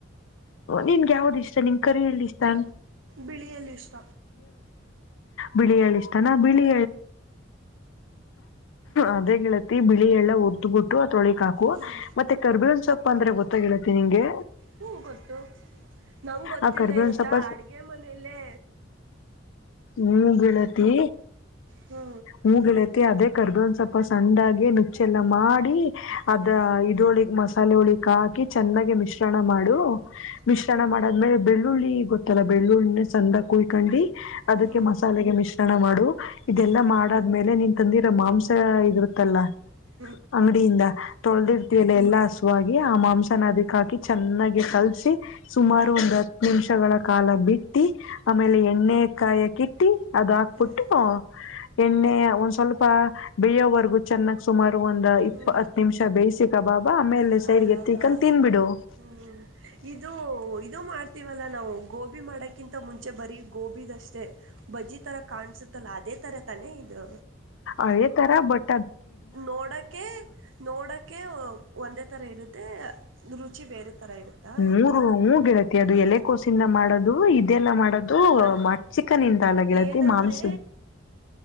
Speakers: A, on the left; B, on the right.
A: ನಿನ್ಗ ಯಾವ್ದ್ ಇಷ್ಟ ನಿನ್ ಕರಿ ಎಲ್ಲಿ ಇಷ್ಟ ಅ
B: ಬಿಳಿಯಲ್ಲ ಇಷ್ಟ
A: ಬಿಳಿ ಹೇಳಳಿ ಇಷ್ಟಾನ ಬಿಳಿಿ ಅದೇಗೆತಿ ಬಿಳಿ ಎಲ್ಲ ಉದ್ದ್ ಬಿಟ್ಟು ತೊಳಿಕ್ ಹಾಕುವ
B: ಹ್ಮ್
A: ಮತ್ತೆ ಕರ್ಬಿ ಒ ಗೊತ್ತಾಗಿ ಹೇಳತ್ತೆ ನಿಂಗೆ
B: ಹ್ಮ ಗೊತ್ತು ನಂಗ್ ಗೊತ್ತಿಲ್ಲ
A: ಆ ಕರ್ಬೇವಿನ್
B: ಇರತ್ತಾ
A: ಸೊಪ್ಪ
B: ಅಡ್ಗೆ ಮನೇಲ್ಲೇ
A: ಹ ಗೆಳತಿ
B: ಹ್ಞೂ
A: ಹೂ ಗೆಳತಿ ಅದೇ ಕರ್ದು ಒಂದ ಸ್ವಲ್ಪ ಸಣ್ಣಾಗ ನುಚ್ಚೆಲ್ಲ ಮಾಡಿ ಅದ
B: ಹ್ಞೂ
A: ಇದೋಳಗ್ ಮಸ್ ತಾಲ ಹಳಿಕ್ ಹಾಕಿ ಚೆನ್ನಾಗಿ ಮಿಶ್ರಣ ಮಾಡು ಮಿಶ್ರಣ ಮಾಡದ್ಮೇಲೆ ಬೆಳ್ಳುಳ್ಳಿ ಗೊತ್ತಲ್ಲ ಬೆಳ್ಳುಳ್ಳಿನ ಚಂದ ಕುಯ್ಕೊಂಡು ಅದಕ್ಕೆ
B: ಹ್ಞೂ
A: ಮಸಾಲೆಗೆ ಮಿಶ್ರಣ ಮಾಡು ಇದೆಲ್ಲಾ
B: ಹ್ಞೂ
A: ಮಾಡಾದ್ಮೇಲೆ ನೀನ್ ತಂದಿರೋ ಮಾಂಸ ಇದಿರುತ್ತಲ್ಲ
B: ಹ <unintelligible>
A: ಅಂಗಡಿಯಿಂದ ತೊಳೆದಿರ್ತಿಯಲ್ಲ ಎಲ್ಲಾ ಹಸುವಾಗಿ ಆ ಮಾಂಸ ಅದಕ್ ಹಾಕಿ ಚೆನ್ನಾಗಿ ಕಲ್ಸಿ ಸುಮಾರು
B: ಹ್ಞೂ ಹ್ಞೂ ಹ್ಞೂ
A: ಒಂದ್ ಹತ್ತು ನಿಮಿಷಗಳ ಕಾಲ ಬಿಟ್ಟ <inaudible> ಇಟ್ಟಿ ಆಮೇಲೆ ಎಣ್ಣೆ ಕಾಯಕಿಟ್ಟಿ ಅದ ಹಾಕ್ಬಿಟ್ಟು
B: ಹ್ಞೂ ಹ್ಞೂ
A: ಎಣ್ಣೆ ಒಂದ್ ಸ್ವಲ್ಪ ಬೇಯೋವರ್ಗೂ ಚೆನ್ನ ಒಂದ್ ಇಪ್ಪ
B: ಹ್ಞೂ
A: ಹತ್ ನಿಮಿಷ ಬೇಯಿಸಿಸಿಕ ಬಾಬಾ ಆಮೇಲೆ
B: ಹಾಂ
A: ಸೈಡ್ಗೆ
B: ಹಾಂ
A: ಎತ್ತಕೊಂಡ
B: ಹಾಂ
A: ತಿನ್ಬಿಡು
B: ಹ್ಞೂ ಇದು ಇದು ಮಾಡ್ ತವಲ್ಲಾ ನಾವು ಗೋಬಿ ಮಾಡಕ್ಕಿಂತ ಮುಂಚೆ ಬರೀ ಗೋಬಿಿದಷ್ಟೇ ಬಜಿ ತರ ಕಾಣಸುತ್ತಲ್ಲ ಅದೇ ತರ ತಾನೇ ಇದು
A: ಅದೆ ತರ ಬಟ್ಟ
B: ನೋಡಕೆ ನೋಡಕೆ ಒಂದೇ ತರ ಇರುತ್ತೆ ರುಚಿ ಬೇರೆ ಥರ ಇರುತ್ತಾ
A: ಮೂರು ಮೂಗಿಡತಿ ಅದು ಎಲೆ ಕೋಸಿಂದ ಮಾಡೋದು ಇದೆಲ್ಲ ಮಾಡೋದು
B: ನಾ
A: ಚಿಕನ್ ಇಂದ ಎಲ್ಲ ಗೆಳತಿ
B: ಏನಂದರೆ
A: ಮಾಂಸದ